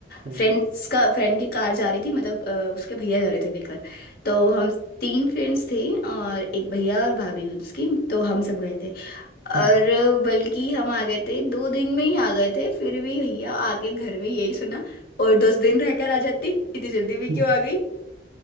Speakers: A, on the right (about 40°); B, on the left (about 55°).
A: हम्म
B: फ्रेंड्स का फ्रेंड की कार जा रही थी मतलब अ, उसके भैया जा रहे थे लेकर तो हम तीन फ्रेंड्स थे और एक भैया और भाभी उसकी तो हम सब गए थे और
A: हम्म
B: बल्कि हम आ गए थे दो दिन में ही आ गए थे फिर भी भैया आगे घर में यही सुना और दस दिन रहकर आ जाती इतनी जल्दी भी
A: हम्म
B: क्यों आ गई